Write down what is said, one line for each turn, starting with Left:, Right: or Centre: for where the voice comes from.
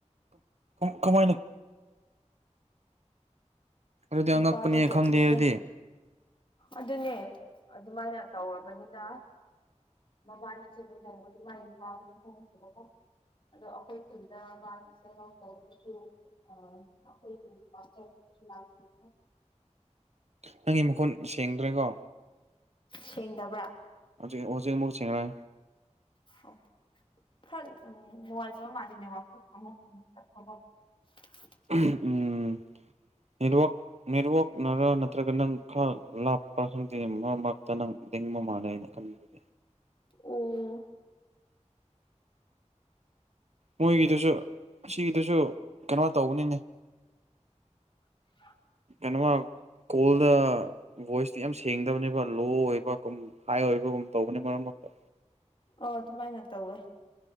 Right: ꯀꯃꯥꯏꯅ ꯑꯗꯨꯗꯤ
Left: ꯅꯨꯄꯥ
Right: ꯑꯉꯛꯄꯅꯦ
Left: ꯗꯣ ꯀꯦꯊꯥꯂꯤꯛ
Right: ꯈꯪꯗꯦ ꯑꯗꯨꯗꯤ
Left: ꯅꯦ ꯑꯗꯨꯅꯦ ꯑꯗꯨꯃꯥꯏꯅ ꯇꯧꯔꯕꯅꯤꯅ ꯃꯕꯥꯅꯤꯁꯦ ꯂꯨꯍꯣꯡꯕꯗ <unintelligible> ꯑꯗꯣ ꯑꯩꯈꯣꯏ ꯈꯨꯟꯗ <unintelligible> ꯄꯥꯁꯇꯔ <unintelligible>
Right: ꯅꯪꯒꯤ ꯃꯈꯣꯟ ꯁꯦꯡꯗ꯭ꯔꯦꯀꯣ
Left: ꯁꯦꯡꯗꯕ꯭ꯔꯥ
Right: ꯍꯧꯖꯤꯛ ꯍꯧꯖꯤꯛ ꯑꯃꯨꯛ ꯁꯦꯡꯉꯦ
Left: ꯍ <unintelligible> ꯈꯔ ꯅꯨꯡꯉꯥꯏꯇꯕ ꯃꯥꯜꯂꯦ ꯅꯦꯠꯋꯥꯔꯛꯇꯣ ꯑꯃꯨꯛ <unintelligible>
Right: ꯆꯎꯝ ꯅꯦꯠꯋꯥꯛ ꯅꯦꯠꯋꯥꯛꯅꯔ ꯅꯠꯇ꯭ꯔꯒ ꯅꯪ ꯈꯔ ꯂꯥꯞ ꯄꯈꯪꯗꯤ ꯃꯔ ꯃꯔꯛꯇ ꯅꯪ ꯂꯦꯡꯕ ꯃꯥꯜꯂꯦ ꯑꯩꯅ ꯈꯟꯕꯗ
Left: ꯑꯣ
Right: ꯃꯣꯏꯒꯤꯗꯨꯁꯨ ꯑꯁꯤꯒꯤꯒꯤꯗꯨꯁꯨ ꯀꯩꯅꯣ ꯇꯧꯕꯅꯤꯅꯦ
Left: <unintelligible>
Right: ꯀꯩꯅꯣꯃ ꯀꯣꯜꯗ ꯚꯣꯏꯁꯇꯤ ꯌꯥꯝ ꯁꯦꯡꯗꯕꯅꯦꯕ ꯂꯣ ꯑꯣꯏꯕ ꯀꯨꯝ ꯍꯥꯏ ꯑꯣꯏꯕꯒꯨꯝ ꯇꯧꯕꯅꯤ ꯃꯔꯛ ꯃꯔꯛꯇ
Left: ꯑꯣ ꯑꯗꯨꯃꯥꯏꯅ ꯇꯧꯋꯦ